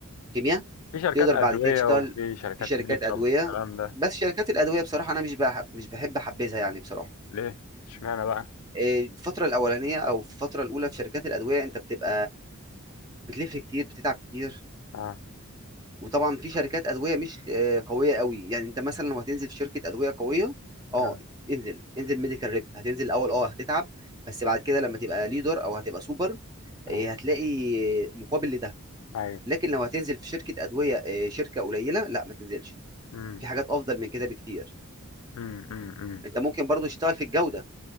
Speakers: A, on the right; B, on the left.
A: كيمياء
B: في شركات
A: تقدر
B: ادوية
A: بعد كده تشتغل
B: وفي شركات
A: في شركات
B: ميك
A: ادويه
B: اب والكلام ده
A: بس شركات الادويه بصراحه انا مش بحب مش بحب احبذها يعني بصراحه
B: ليه اشمعنى بقى
A: إيه، الفتره الاولانيه او في الفتره الاولى في شركات الادويه انت بتبقى بتلف كتير بتتعب كتير
B: اه
A: وطبعا في شركات ادويه مش آه، قويه قوي يعني انت مثلا لو هتنزل في شركه ادويه قويه اه
B: اه
A: انزل انزل ميديكال ريب هتنزل الاول اه هتتعب بس بعد كده لما تبقى ليدر او هتبقى سوبر إيه،
B: آه.
A: هتلاقي مقابل لده
B: ايوه
A: لكن لو هتنزل في شركه ادويه إيه، شركه قليله لا ما تنزلش
B: امم
A: في حاجات افضل من كده بكتير
B: امم امم أمم.
A: انت ممكن برضو تشتغل في الجودة